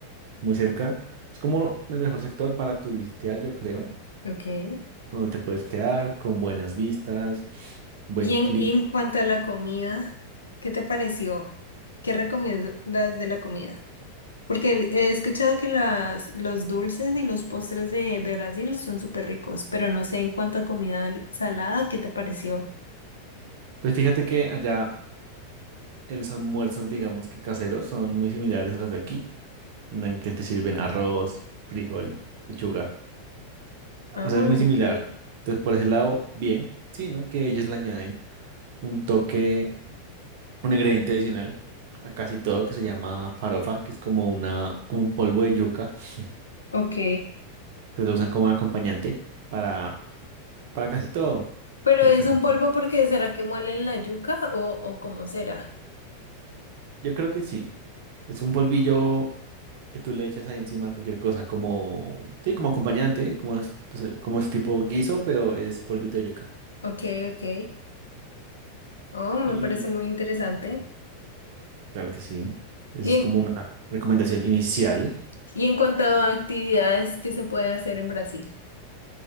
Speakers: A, on the right; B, on the left.
A: muy cerca. Es como el mejor sector para turistear, yo creo
B: Ok.
A: donde te puedes quedar con buenas vistas, buen
B: Y
A: clima.
B: en, y en cuanto a la comida, ¿qué te pareció? ¿Qué recomiendas de la comida? Porque he escuchado que las, los dulces y los postres de, de Brasil son súper ricos, pero no sé en cuanto a comida salada, ¿qué te pareció?
A: Pues fíjate que allá los almuerzos, digamos que caseros, son muy similares a los de aquí, en que te sirven arroz, frijol, lechuga. O
B: Ah,
A: sea, es muy
B: ok.
A: similar. Entonces, por ese lado, bien, sí, ¿no? Que ellos le añaden un toque, un ingrediente adicional a casi todo que se llama farofa, que es como una, como un polvo de yuca. <laughs>
B: Ok.
A: Entonces lo usan como acompañante para, para casi todo.
B: Pero
A: Para
B: es
A: casi
B: un
A: todo.
B: polvo porque ¿será que muele en la yuca o, o cómo será?
A: Yo creo que sí. Es un polvillo que tú le echas ahí encima a cualquier cosa, como, sí, como acompañante, como es, o sea, como es tipo guiso, pero es polvito de yuca.
B: Ok, ok. Oh, me
A: Y
B: parece muy interesante.
A: sí, claro que sí. Esa
B: Y
A: es
B: en,
A: como una recomendación inicial.
B: y en cuanto a actividades que se puede hacer en Brasil.